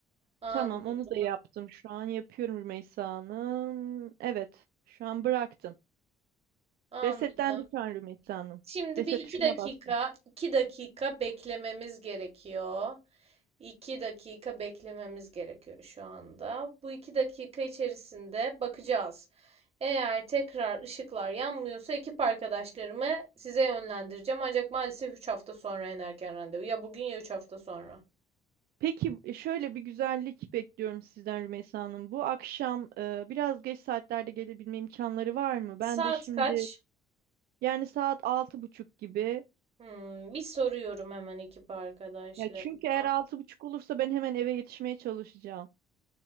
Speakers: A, on the right (about 35°); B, on the right (about 65°).
A: Anladım.
B: Tamam onu da yaptım. Şu an yapıyorum Rümeysa Hanım. Evet şu an bıraktım.
A: Anladım.
B: Resetlendi şu an Rümeysa Hanım.
A: Şimdi
B: Reset
A: bir iki
B: tuşuna
A: dakika,
B: bastım.
A: iki dakika beklememiz gerekiyor. İki dakika beklememiz gerekiyor şu anda. Bu iki dakika içerisinde bakacağız. Eğer tekrar ışıklar yanmıyorsa ekip arkadaşlarımı size yönlendireceğim. Ancak maalesef 3 hafta sonra en erken randevu. Ya bugün ya 3 hafta sonra.
B: Peki e, şöyle bir güzellik bekliyorum sizden Rümeysa Hanım. Bu akşam e, biraz geç saatlerde gelebilme imkanları var mı?
A: Saat
B: Ben de şimdi
A: kaç?
B: yani saat altı buçuk gibi.
A: Hmm, bir soruyorum hemen ekip arkadaşlarıma.
B: Ya çünkü eğer altı buçuk olursa ben hemen eve yetişmeye çalışacağım.